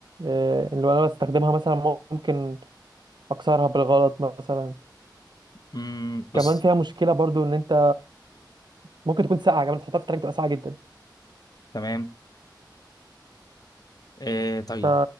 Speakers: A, on the right; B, on the left.
A: آه، اللي انا بستخدمها مثلا ممكن اكسرها بالغلط مثلا
B: امم بص
A: كمان فيها مشكله برضو ان انت ممكن تكون ساقعه كمان تحطها في التراك تبقى ساقعه جدا
B: تمام إيه، طيب
A: ف